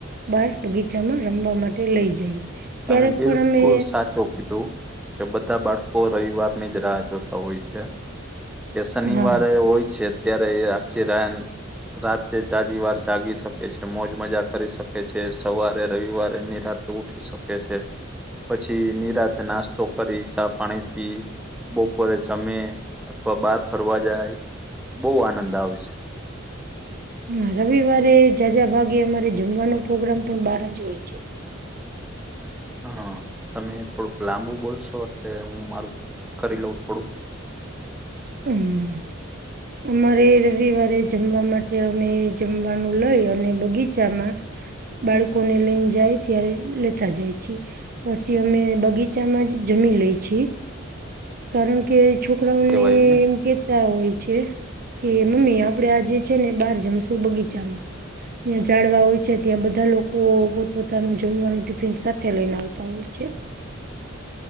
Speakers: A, on the right; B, in the centre.
A: બાર બગીચામાં રમવા માટે લઈ જઈએ
B: તમે
A: ક્યારેક
B: બિલકુલ
A: પણ અમે
B: સાચું કીધું કે બધા બાળકો રવિવાર ની જ રાહ જોતા હોય છે કે શનિવારે
A: હા
B: હોય છે ત્યારે એ આખી રાયન રાતે જાજી વાર જાગી શકે છે મોજ મજા કરી શકે છે સવારે રવિવારે નિરા તે ઉઠી શકે છે પછી નિરાતે નાસ્તો કરી ચા પાણી પી બપોરે જમે અથવા બહાર ફરવા જાય બહુ આનંદ આવે છે
A: હા રવિવારે જાઝજા ભાગે અમારે જમવાનો પ્રોગ્રામ પણ બાર જ હોય છે
B: હા તમે થોડુંક લાંબુ બોલશો એટલે હું મારું ચેક કરી લઉં થોડુંક
A: હમ અમારે રવિવારે જમવા માટે અમે જમવાનું લઈ અને બગીચામાં બાળકોને લઈને જાય ત્યારે લેતા જાય છે પછી અમે બગીચામાં જ જમી લઈ છીએ કારણ કે છોકરાઓને
B: કેવાય ને
A: એમ કે હોય છે કે મમ્મી આપડે આજે છે ને બહાર જમશું બગીચામાં ત્યાં જાડવા હોય છે ત્યાં બધા લોકો પોતપોતાનું જમવાનું ટિફિન સાથે લઈને આવતા હોય છે
B: <inaudible>